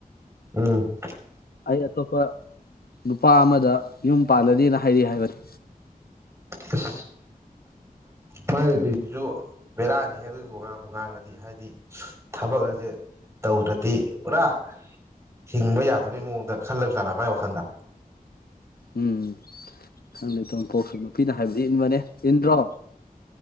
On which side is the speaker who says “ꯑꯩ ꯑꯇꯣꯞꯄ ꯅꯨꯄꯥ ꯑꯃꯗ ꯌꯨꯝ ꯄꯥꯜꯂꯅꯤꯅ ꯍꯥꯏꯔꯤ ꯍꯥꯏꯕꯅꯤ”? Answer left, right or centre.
Left